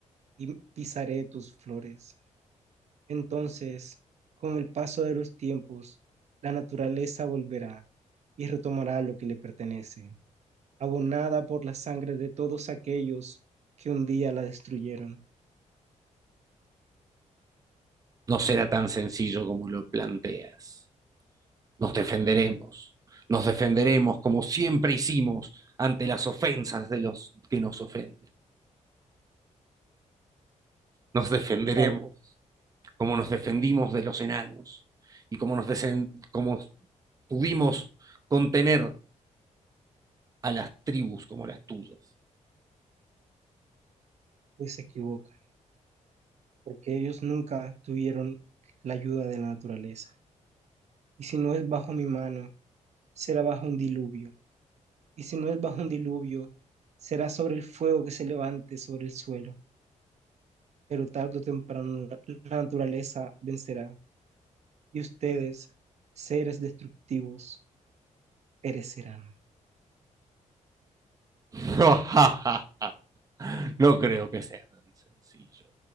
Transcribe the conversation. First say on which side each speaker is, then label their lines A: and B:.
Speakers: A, on the right; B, on the right.
A: y pisaré tus flores. Entonces, con el paso de los tiempos, la naturaleza volverá y retomará lo que le pertenece, abonada por la sangre de todos aquellos que un día la destruyeron.
B: No será tan sencillo como lo planteas. Nos defenderemos. Nos defenderemos como siempre hicimos ante las ofensas de los que nos ofenden. Nos defenderemos.
A: ¿Sabe?
B: cómo nos defendimos de los enanos y cómo nos desen- cómo pudimos contener a las tribus como las tuyas.
A: Pues se equivoca, porque ellos nunca tuvieron la ayuda de la naturaleza. y si no es bajo mi mano, será bajo un diluvio, y si no es bajo un diluvio, será sobre el fuego que se levante sobre el suelo, pero tarde o temprano la naturaleza vencerá, y ustedes, seres destructivos, perecerán.
B: <laughs> No creo que sea tan sencillo.